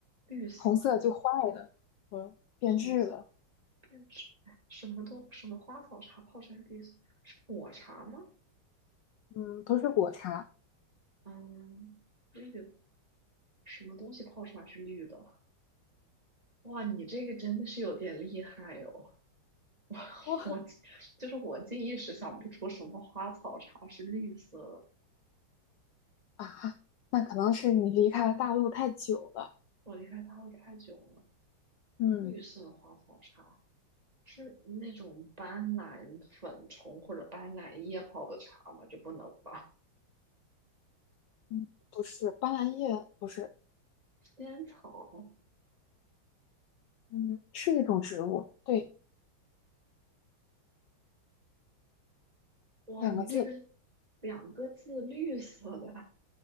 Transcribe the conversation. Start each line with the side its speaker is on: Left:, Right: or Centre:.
Right: 绿色、
Left: 红色就坏了，嗯，变质了。
Right: 红色变质，哎，什么都什么花草茶泡出来是绿色，是抹茶吗？
Left: 嗯，不是果茶。
Right: 嗯，绿的，什么东西泡出来是绿的？哇，你这个真的是有点厉害哦！<laughs>
Left: <laughs>
Right: 我我就是我竟一时想不出什么花草茶是绿色的，
Left: 啊，那可能是你离开大陆太久了。
Right: 我离开大陆太久了。
Left: 嗯
Right: 绿色花草茶是那种斑斓粉虫或者斑斓叶泡的茶吗？这不能吧？
Left: 嗯，不是，斑斓叶不是，
Right: 仙草，
Left: 嗯，是一种植物，对，
Right: 哇，你这个
Left: 两个字，
Right: 两个字绿色的，